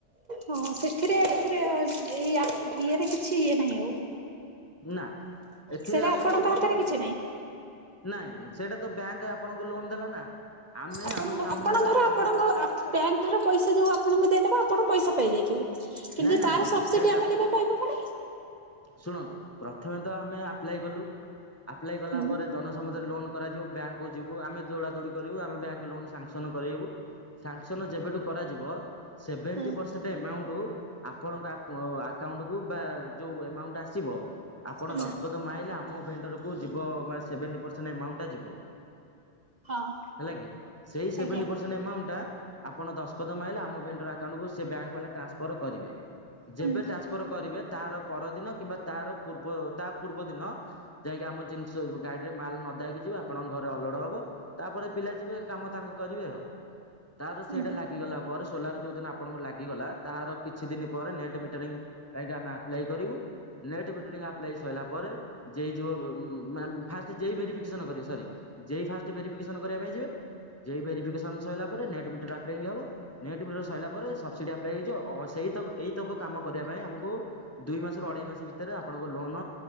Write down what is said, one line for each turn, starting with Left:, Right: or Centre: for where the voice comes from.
Right: ହଁ ସେଥିରେ ଏଥିରେ <unintelligible> ଇଏରେ କିଛି ଇଏ ନାହିଁ ଆଉ।
Left: ନା ଏଥିରେ
Right: ସେଇଟା
Left: ଆପଣଙ୍କ ପ୍ରଥମତ
Right: ହାତରେ କିଛି ନାହିଁ।
Left: ନାଇଁ ସେଇଟା ତ ବ୍ୟାଙ୍କ ଆପଣଙ୍କୁ ଲୋନ ଦେଲା ନା ଆମେ
Right: ଆପଣ
Left: ଆମ
Right: ଘ
Left: କାମ
Right: ଆପଣ
Left: ହେଲା
Right: ଧର
Left: ଆମ
Right: ଆପଣଙ୍କ ବ୍ୟାଙ୍କ ଧର ପଇସା ଯୋଉ ଆପଣଙ୍କୁ ଦେଇଦବ ଆପଣ ପଇସା ପାଇଯାଇଥିବେ। କିନ୍ତୁ
Left: ନାଇଁ ନାଇଁ
Right: ତାର
Left: ନାଇଁ
Right: ସବସିଟି
Left: ସେଇଟା
Right: ଆମେ କେବେ ପାଇବା ପୁଣି?
Left: ଶୁଣନ୍ତୁ ପ୍ରଥମେ ତ ଆମେ ଆପ୍ଲାଏ କଲୁ ଆପ୍ଲାଏ କଲା
Right: ହୁଁ।
Left: ପରେ ଜନସମୁଧରେ ଲୋନ କରାଯିବ ବ୍ୟାଙ୍କକୁୁ ଯିବୁ ଆମେ ଦୌଡ଼ା ଦୌଡ଼ି କରିବୁ ଆମେ ବ୍ୟାଙ୍କ ଲୋନ ସାଙ୍ଗସନ କରାଇବୁ। ସାଂସନ ଯେବେଠୁ କରାଯିବ ସେଭେଣ୍ଟି
Right: ହୁଁ।
Left: ପର ସେଏ ଆମାଉଣ୍ଟ ଆପଣଙ୍କ ଆକାଉଣ୍ଟୁକୁୁ ବା ଯୋଉ ଏମାଉଣ୍ଟ ଆସିବ। ଆପଣ
Right: ହୁଁ
Left: ଦଶଖତ ମ ଆଲେ ଆମ ଭେଣ୍ଟରକୁ ଯିବ ସେଭେଣ୍ଟି ପରସେଣ୍ଟ ଆମାଉଣ୍ଟଟା ଯିବ।
Right: ହଁ
Left: ହେଲା କି ସେଇ ସେଭେଣ୍ଟି
Right: ଆଜ୍ଞା
Left: ପର ଏମାଉଣ୍ଟଟା ଆପଣ ଦସ୍ତଖତ ମାଇଲେ ଆମ ଭେଣ୍ଡର ଆକାଉଣ୍ଟକୁ ସେ ବ୍ୟାଙ୍କବାଲା ଟ୍ରାନସ୍ଫର କରିବେ। ଯେବେ
Right: ହୁଁ
Left: ଟ୍ରାନ୍ସଫର କରିବେ ତାର ପରଦିନ କିମ୍ବା ତାର ପୂର୍ବ ତା ପୂର୍ବ ଦିନ ଯାଇକି ଆମ ଜିନିଷ ଗାଡ଼ିରେ ମାଲ୍ ନଦାହେଇକି ଯିବ ଆପଣଙ୍କ ଘରେ ଅଲୋଡ଼ ହବ। ତାପରେ ପିଲା ଯିବେ କାମ ତାଙ୍କ କରିବେ ଆଉ ତାର ସେଇଟା
Right: ହୁଁ।
Left: ଲାଗିଗଲା ପରେ ସୋଲାର ଯୋଉ ଦିନ ଆପଣଙ୍କ ଲାଗିଗଲା ତାର କିଛି ଦିନ ପରେ ନେଟ୍ ମିଟ ପାଇଁ ଆମେ ଆପ୍ ଲାଇ କରିବୁ। ନେଟ୍ ମିଟେରିଂ ଆପ୍ଲାଇ ସରିଲା ପରେ। ଯେ ଯୋଉ ମାନେ ଫାଷ୍ଟ ଜେଇ ଭେରିଫିକେସନ କରିବେ ସରି ଯେଇ ଫାଷ୍ଟ ଭେରିଫିକେସନ କରିବା ପାଇଁ ଯିବେ ଜେ଼ଇ ଭେରିଫିକେସନ ସରିଲା ପରେ ନେଟ୍ ମିଟର ଆପାଲାଇ ହବ। ନେଟ୍ ମିଟର ସରିଲା ପରେ ସବସିଡି ଆପ୍ଲାଇ। ହେଇଯିବ ସେ ଏଇତକ କାମ କରିବା ପାଇଁ ଆମକୁ ଦୁଇ ମାସରୁ ଅଢ଼େଇ ମାସ ଭିତରେ ଆପଣଙ୍କ ଲୋନ